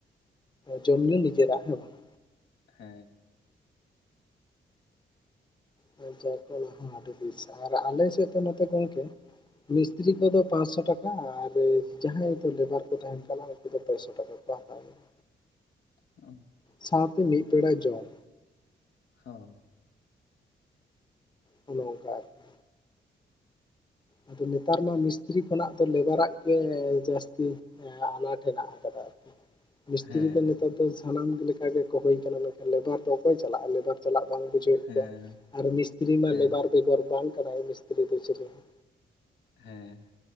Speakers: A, on the left; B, on the left.
A: ᱡᱚᱢ ᱧᱩ ᱱᱤᱡᱮᱨᱟᱜ ᱦᱮᱸ ᱵᱟᱝ ᱾
B: ᱦᱮᱸ
A: ᱦᱳᱭ <unintelligible> ᱦᱚᱸ ᱟᱹᱰᱤ ᱵᱮᱥ ᱟᱨ ᱟᱞᱮ ᱥᱮᱫ ᱫᱚ ᱱᱚᱛᱮ ᱜᱚᱢᱠᱮ ᱢᱤᱥᱛᱨᱤ
B: ᱦᱮᱸ
A: ᱠᱚᱫᱚ ᱯᱟᱥᱥᱚ ᱴᱟᱠᱟ ᱟᱨ ᱡᱟᱦᱟᱸᱭ ᱫᱚ ᱞᱮᱵᱟᱨ ᱠᱚ ᱛᱟᱦᱮᱱ ᱠᱟᱱᱟ ᱩᱱᱠᱩ ᱫᱚ ᱯᱮᱥᱚ ᱴᱟᱠᱟ ᱠᱚ ᱦᱟᱛᱟᱣᱮᱜ-ᱟ᱾
B: <inaudible>
A: ᱥᱟᱶᱛᱮ ᱢᱤᱫ ᱵᱮᱲᱟ ᱡᱚᱢ,
B: ᱦᱳᱸ,
A: ᱦᱳᱭ ᱚᱝᱠᱟ ᱟᱨᱠᱤ, ᱟᱫᱚ ᱱᱮᱛᱟᱨ ᱢᱟ ᱢᱤᱥᱛᱨᱤ ᱠᱷᱚᱱᱟᱜ ᱫᱚ ᱞᱮᱵᱟᱨᱟᱜ ᱜᱮ ᱡᱟᱹᱥᱛᱤ, ᱟᱱᱟᱴ ᱦᱮᱱᱟᱜ ᱟᱠᱟᱫᱟ ᱟᱨᱠᱤ, ᱢᱤᱥᱛᱨᱤ
B: ᱦᱮᱸ
A: ᱫᱚ ᱱᱮᱛᱟᱨ ᱫᱚ ᱥᱟᱱᱟᱢ ᱞᱮᱠᱟ ᱜᱮ ᱠᱚ ᱦᱩᱭ ᱠᱟᱱᱟ ᱢᱮᱱᱠᱷᱟᱱ ᱞᱮᱵᱟᱨ ᱫᱚ ᱚᱠᱚᱭ ᱪᱟᱞᱟᱜᱼᱟ? ᱞᱮᱵᱟᱨ ᱪᱟᱞᱟᱜ ᱵᱟᱝ ᱵᱩᱡᱷᱟᱹᱣᱮᱫ
B: ᱦᱮᱸ
A: ᱠᱚᱣᱟ ᱟᱨ ᱢᱤᱥᱛᱨᱤ ᱢᱟ
B: ᱦᱮᱸ
A: ᱞᱮᱵᱟᱨ ᱵᱮᱜᱚᱨ ᱵᱟᱝ ᱠᱟᱱᱟᱭ ᱢᱤᱥᱛᱨᱤ ᱫᱚ ᱪᱮᱞᱮ ᱦᱚᱸ
B: ᱦᱮᱸᱻᱮ